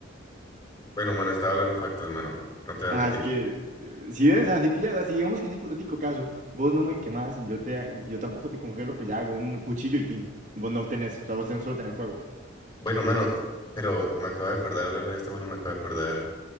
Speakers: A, on the left; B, on the right.
A: bueno, mano, estaba hablando factos, mano. No te voy a
B: Ah,
A: mentir.
B: es que, eh, si ves, así pillas, así digamos que en hipotético caso, vos no me quemás y yo te, y yo tampoco te congelo, pues ya hago un cuchillo y tin. Vos no tenés, o sea, vos tenés- solo tenés fuego.
A: Bueno, mano, pero me acabo de acordar hablando de esto, mano, me acabo de acordar